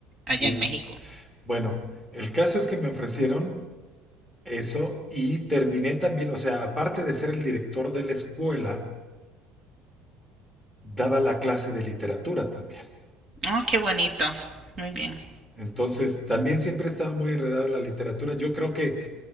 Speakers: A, in the centre; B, on the right.
A: sí.
B: allá en México.
A: Bueno, el caso es que me ofrecieron eso y terminé también, o sea, aparte de ser el director de la escuela, daba la clase de literatura también.
B: Oh, qué bonito. Muy bien.
A: Entonces, también siempre he estado muy enredado en la literatura. Yo creo que